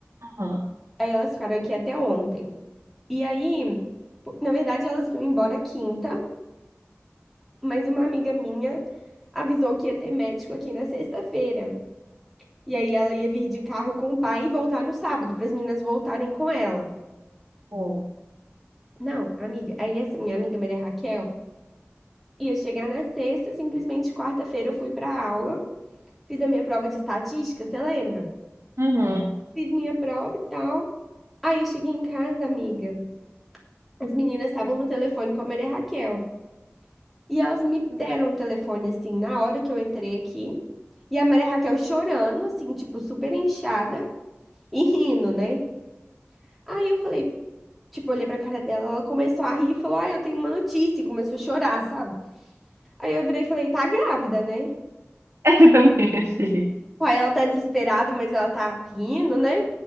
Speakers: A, on the right; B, in the centre.
A: Aham.
B: Aí elas ficaram aqui até ontem. E aí, pô, na verdade, elas iam embora quinta, mas uma amiga minha avisou que ia ter médico aqui na sexta-feira. E aí ela ia vir de carro com o pai e voltar no sábado, para as meninas voltarem com ela.
A: Bom.
B: Não, amiga, aí essa minha amiga Maria Raquel ia chegar na sexta, simplesmente quarta-feira eu fui pra aula. Fiz a minha prova de estatística, você lembra?
A: Uhum.
B: Fiz minha prova e tal. Aí eu cheguei em casa, amiga. As meninas estavam no telefone com a Maria Raquel. E elas me deram o telefone, assim, na hora que eu entrei aqui. E a Maria Raquel chorando, assim, tipo, super inchada e rindo, né? Aí eu falei, tipo, olhei pra cara dela, ela começou a rir e falou, ah, eu tenho uma notícia. E começou a chorar, sabe? Aí eu virei e falei, tá grávida, né?
A: <laughs> Eu também achei.
B: Aí ela tá desesperada, mas ela tá rindo, né?